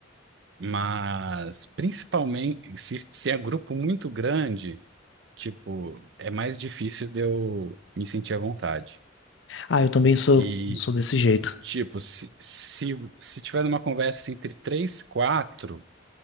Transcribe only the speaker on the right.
mas principalmente se, se é grupo muito grande, tipo, é mais difícil de eu me sentir à vontade.
E
Tipo, se, se, se tiver uma conversa entre três, quatro,